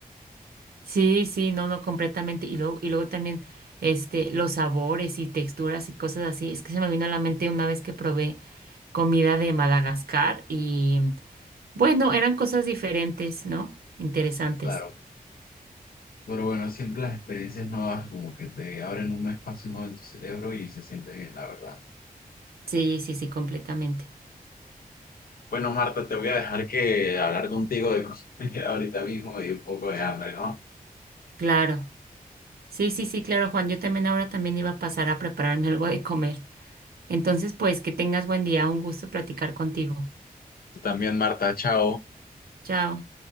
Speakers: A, on the right; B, on the left.
A: Sí, sí, no, no, completamente. Y luego, y luego también este, los sabores y texturas y cosas así. Es que se me vino a la mente una vez que probé comida de Madagascar y bueno, eran cosas diferentes, ¿no? Interesantes.
B: Claro. Pero bueno, siempre las experiencias nuevas como que te abren un espacio nuevo en tu cerebro y se siente bien, la verdad.
A: Sí, sí, sí, completamente.
B: Bueno, Marta, te voy a dejar que hablar contigo de cosas que <laughs> ahorita mismo me dio un poco de hambre, ¿no?
A: Claro. Sí, sí, sí, claro, Juan. Yo también ahora también iba a pasar a prepararme <laughs> algo de comer. Entonces, pues que tengas buen día. Un gusto platicar contigo.
B: Tú también, Marta, chao.
A: Chao.